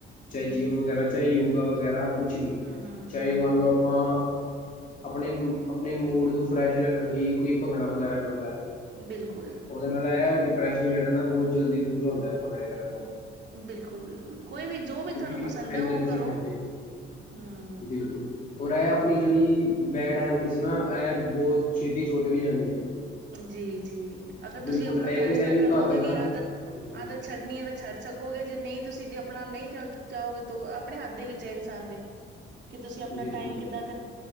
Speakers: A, on the left; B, on the right.
A: ਚਾਹੇ
B: ਜੀ
A: ਜਿੰਮ ਵਗੈਰਾ ਚਾਹੇ ਯੋਗਾ ਵਗੈਰਾ। ਕੁਛ ਵੀ
B: ਹੂੰ, ਹੂੰ,
A: ਚਾਹੇ
B: ਹੂੰ, ਹੂੰ,
A: ਮੰਨ
B: ਹੂੰ
A: ਲਓ। ਆਪਾਂ ਆਪਣੇ-ਆਪਣੇ ਮੂਡ ਨੂੰ ਫਰੈਸ਼ ਰੱਖਣ ਲਈ ਕੋਈ ਭੰਗੜਾ ਵਗੈਰਾ। ਕਰਦਾ ਹ।
B: ਬਿਲਕੁਲ।
A: ਉਹਦੇ ਨਾਲ ਇਹ ਡਿਪਰੈਸ਼ਨ ਜਿਹੜਾ ਨਾ ਬਹੁਤ ਜਲਦੀ ਦੂਰ ਹੁੰਦਾ ਭੰੜੇ ਕਰਨ ਨਾਲ।
B: ਬਿਲਕੁਲ-ਬਿਲਕੁਲ ਕੋਈ ਵੀ ਜੋ ਵੀ
A: ਕਿਉਂਕਿ
B: ਤੁਹਾਨੂੰ ਪਸੰਦ
A: ਐਨਰਜੀ
B: ਹੈ। ਉਹ ਕਰੋ
A: ਹਾਂਜੀ
B: ਹਮ।
A: ਬਿਲਕੁਲ। ਔਰ ਇਹ ਆਪਣੀ ਜਿਹੜੀ ਬੈਡ ਹੈਬਿਟਸ ਨਾ ਇਹ ਬਹੁਤ ਛੇਤੀ ਛੁਟ ਵੀ ਜਾਂਦੀ ਹੈ।
B: ਜੀ-ਜੀ ਅਗਰ ਤੁਸੀਂ
A: ਬਿਲਕੁਲ
B: ਆਪਣਾ
A: ਇਹ
B: ਫੈਸਲਾ
A: ਇੱਕ ਇਹ ਵੀ
B: ਕਰ
A: ਘਾਤ
B: ਲਓਗੇ
A: ਹੈ ਨਾ
B: ਕਿ ਆਦਤ
A: ਹਾਂਜੀ
B: ਆਦਤ ਛੱਡਣੀ ਹੈ। ਤਾਂ ਛੱਡ। ਸਕੋਗੇ, ਜੇ ਨਹੀਂ ਤੁਸੀਂ ਜੇ ਆਪਣਾ ਨਹੀਂ ਚ ਚਾਹੋਗੇ ਤਾਂ ਆਪਣੇ ਹੱਥ ਦੇ ਵਿੱਚ ਹੈ। ਇਨਸਾਨ ਦੇ। ਕਿ ਤੁਸੀਂ ਆਪਣਾ
A: ਬਿਲਕੁਲ
B: ਟਾਈਮ
A: ਬਿਲਕੁਲ
B: ਕਿੱਦਾਂ